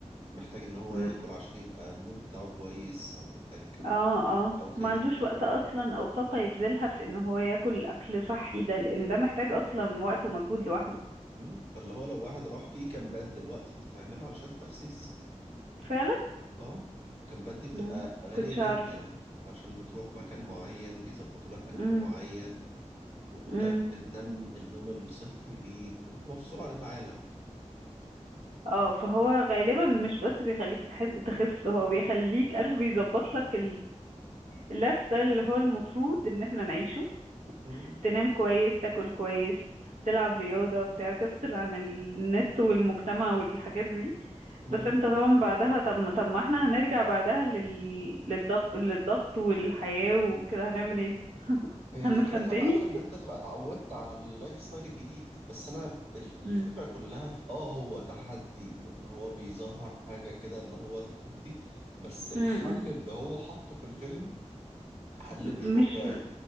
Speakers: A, on the right (about 55°); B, on the right (about 80°).
A: محتاج ان هو
B: مم.
A: ياكل عشان يبقى المود بتاعه كويس او محتاج
B: اه اه
A: او كده
B: ما عندوش وقت اصلا او طاقة يبذلها في ان هو ياكل اكل صحي ده لان ده محتاج اصلا وقت ومجهود لوحده
A: مم؟ فاللي هو لو واحد راح في كامبات دلوقتي بتتعمل علشان التخسيس
B: فعلا
A: اه الكامبات دي بتبقى
B: مم.
A: غالية
B: كنتش
A: جدا
B: اعرف
A: علشان بتروح مكان معين بيظبطوا لها اكل
B: امم
A: معين وبتنام
B: امم
A: النوم الصحي ليك وانت مفصول عن العالم
B: اه فهو غالبا مش بس بيخليك تحس تخس هو بيخليك عارف بيظبط لك اللايف ستايل اللي هو المفروض ان احنا نعيشه
A: مم؟
B: تنام كويس تاكل كويس تلعب رياضة بتاع تفصل عن النت والمجتمع والحاجات دي
A: مم؟
B: بس انت طبعا بعدها طب ما طب ما احنا هنرجع بعدها لل... للضغط للضغط والحياة وكده هنعمل ايه <laughs>
A: هي
B: هنتخن
A: فكرتها
B: تاني
A: بقى في ان انت تبقى اتعودت على اللايف ستايل الجديد بس انا ف- ال- الفكرة
B: مم.
A: كلها في اه هو تحدي وان هو بيظهر حاجة كده اللي هو تحدي بس الحل
B: مم.
A: اللي هو حطه في الفيلم حل مش
B: مش
A: واقعي